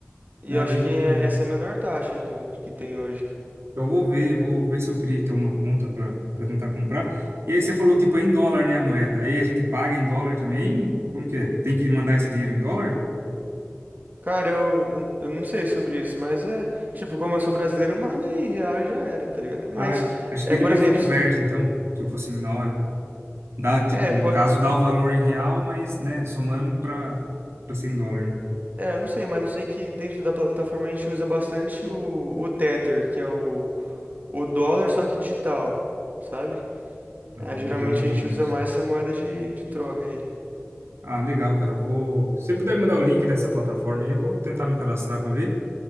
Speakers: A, on the right (about 40°); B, on the right (about 85°).
A: E
B: Não,
A: eu
B: é
A: acho
B: bem
A: que
B: pouco
A: é,
B: mesmo.
A: essa é a menor taxa do que tem hoje.
B: Então, Eu vou ver, vou ver se eu crio então uma conta para para tentar comprar. E aí você falou tipo é em dólar, né, a moeda? Aí a gente paga em dólar também? Como que é? Tem que mandar esse dinheiro em dólar?
A: Cara, eu, eu eu não sei sobre isso, mas é. Tipo, como eu sou brasileiro, manda em real e já era, tá ligado? Mas,
B: Ah, acho
A: é,
B: que ele
A: por
B: mesmo
A: exemplo,
B: converte
A: se-
B: então, tipo assim, na hora. Dá, tipo,
A: é,
B: no
A: pode.
B: caso, dá o valor em real, mas, né, somando para para 100 dólares, né?
A: É, eu não sei, mas eu sei que dentro da plataforma a gente usa bastante o, o Tether, que é o, o dólar, só que digital, sabe?
B: Ah,
A: Ah, geralmente
B: Já não conheço.
A: a gente usa mais essa moeda de, de troca aí.
B: Ah, legal, cara. Eu vou. Se você puder me mandar o link dessa plataforma aí, eu vou tentar me cadastrar para ver.